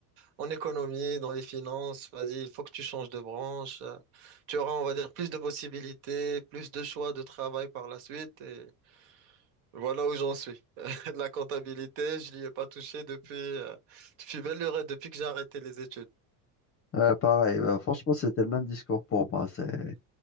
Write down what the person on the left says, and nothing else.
Euh, pareil, bah, franchement, c'était le même discours pour moi. C'est...